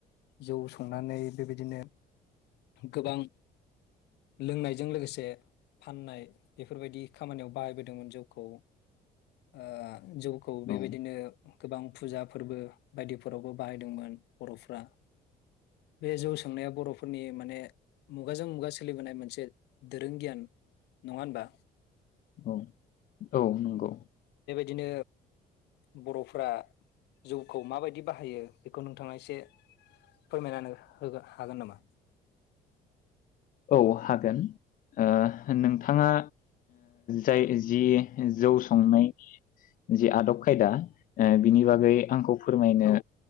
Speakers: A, on the left; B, on the left.
A: जौ संनानै बेबायदिनो गोबां लोंनायजों लोगोसे फाननाय बेफोरबायदि खामानियाव बाहायबोदोंमोन जौखौ। ओ जौखौ बेबायदिनो
B: औ
A: गोबां फुजा फोरबो बायदिफोरावबो बाहायदोंमोन बर'फ्रा। बे जौ संनाया बर'फोरनि माने मुगाजों मुगा सोलिबोनाय मोनसे दोरों गियान नङा होनबा
B: औ औ नंगौ
A: दिनो बर'फोरा जौखौ माबायदि बाहायो बेखौ नोंथाङा एसे फोरमायना होनो हागोन नामा
B: औ हागोन ओ नोंथाङा जाय जि जौ संनायनि जि आदब खायदा बिनि बागै आंखौ फोरमायनो
A: औ